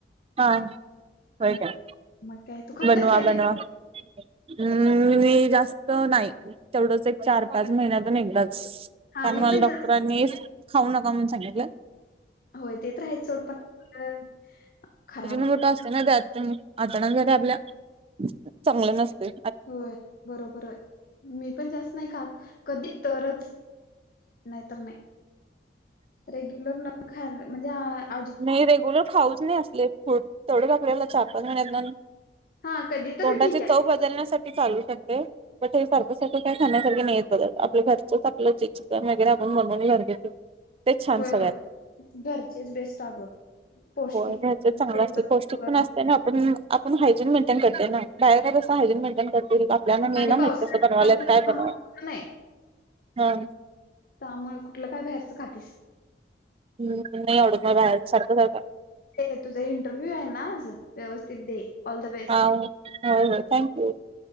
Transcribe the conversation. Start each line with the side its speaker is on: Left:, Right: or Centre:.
Right: हा होय काय,
Left: मग काय तू खात
Right: बनवा
Left: नाहीस चायनीज
Right: बनवा. हम्म मी जास्त नाय तेवढंच एक चार पाच महिन्यातून एकदाच
Left: हा
Right: कारण
Left: मी
Right: मला
Left: पण जास्त
Right: डॉक्टरांनीच
Left: खात नाही
Right: खाऊ नका म्हणून सांगितलय.
Left: होय ते तर आहेच सोड पण <unintelligible> खराब-
Right: मोठो
Left: होत.
Right: असत ना त्यात ते मग आतड्यासाठी आपल्या चांगलं नसतय.
Left: होय बरोबर हाय मी पण जास्त नाय खात कधी तरच नायतर नाय रेग्युलर न खाय म्हणजे आ
Right: नय रेग्युलर खाऊच नये असले फूड तेवढच आपल्याला चार पाच महिन्यातुन
Left: हा कधी तर
Right: तोंडाची
Left: ठीक आहे
Right: चव बद बदलण्यासाठी चालू करते बट हे सारखं सारखं काय खाण्यासारखे नाही येत पदार्थ आपल्या घरचंच आपलं चिकन वगैरे आपण बनवून घरी घेतो ते छान
Left: होय
Right: सगळ्यात.
Left: होय घरचेच बेस्ट अगं. पौष्टिक
Right: होय घरचेंच चांगलं
Left: तुमचं
Right: असतय पौष्टिक पण असतय ना आपण आपण हायजीन मेंटेन करतोय ना बाहेर काय तस हायजीन मेंटेन कर आपल्याला नाय
Left: आणि
Right: ना माहित
Left: पावसाळ्यात
Right: कसं बनवाल्यात,
Left: आता लहान
Right: काय बनवा
Left: मुलं
Right: हा
Left: त्यामुळं कुठलं काय बाहेरचं खातीस
Right: हम्म नाही आवडत मला बाहेरचं सारखं सारखं
Left: ये तुझा इंटरव्ह्यू आहे ना आज व्यवस्थित दे ऑल द बेस्ट.
Right: हा होय होय थँक्यू.